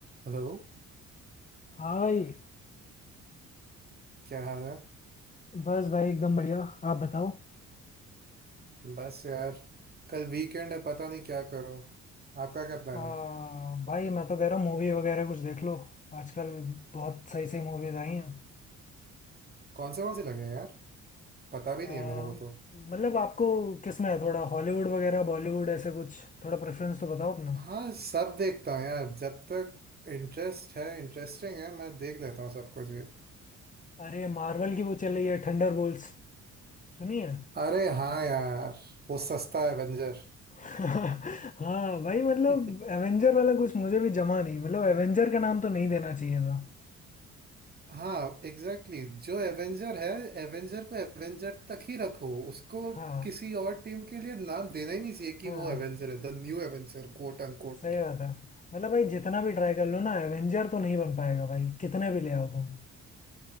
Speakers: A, on the right; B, on the left.
A: Hello
B: हाँ भाई
A: क्या हाल है
B: बस भाई एकदम बढ़िया आप बताओ
A: बस यार कल वीकेंड है पता नहीं क्या करो आपका क्या प्लान
B: आ,
A: है
B: भाई मैं तो कह रहा हूँ मूवी वगैरह कुछ देख लो आजकल बहुत सही सही मूवीज आई हैं
A: कौन से कौन से लगे हैं यार पता भी
B: आ,
A: नहीं है मेरे को तो
B: मतलब आपको किस में है थोड़ा हॉलीवुड वगैरह बॉलीवुड ऐसे कुछ थोड़ा प्रेफरेंस तो बताओ अपना
A: हाँ सब देखता हूँ यार जब तक इंटरेस्ट है इंटरेस्टिंग है मैं देख लेता हूँ सब कुछ ये
B: अरे मार्वल की वो चल रही है थंडर बोल्स सुनिए
A: अरे हाँ यार वो सस्ता एवेंजर
B: <laughs> हाँ भाई मतलब
A: <laughs>
B: एवेंजर वाला कुछ मुझे भी जमा नहीं मतलब एवेंजर का नाम तो नहीं देना चाहिए था
A: हाँ एग्जैक्टली exactly. जो एवेंजर है एवेंजर को एवेंजर तक ही रखो उसको
B: हाँ
A: किसी और टीम के लिए नाम देना ही नहीं चाहिए कि
B: हाँ
A: वो एवेंजर है the new Avenger quote unquote
B: सही बात है मतलब भाई जितना भी ट्राई कर लो ना एवेंजर तो नहीं बन पाएगा भाई कितने भी ले आओ तुम